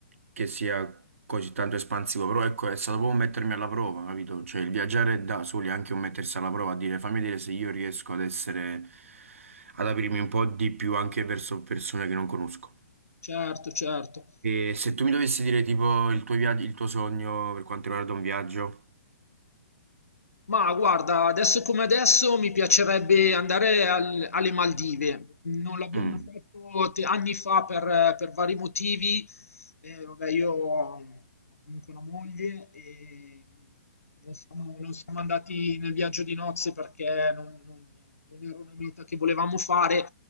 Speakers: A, on the right; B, on the left.
A: che sia così tanto espansivo, però ecco, è stato proprio mettermi alla prova, capito? Cioè il viaggiare da soli è anche un mettersi alla prova, a dire fammi vedere se io riesco ad essere, ad aprirmi un po' di più anche verso persone che non conosco.
B: Certo, certo.
A: E se tu mi dovessi dire tipo il tuo viaggio, il tuo sogno per quanto riguarda un viaggio,
B: Ma guarda, adesso come adesso mi piacerebbe andare al- alle Maldive. Non l'abbiamo
A: Mm,
B: fatto te- anni fa per, eh, per vari motivi. Eh, vabbè, io ho comunque una moglie e non siamo, non siamo andati nel viaggio di nozze perché non, non- non era una meta che volevamo fare.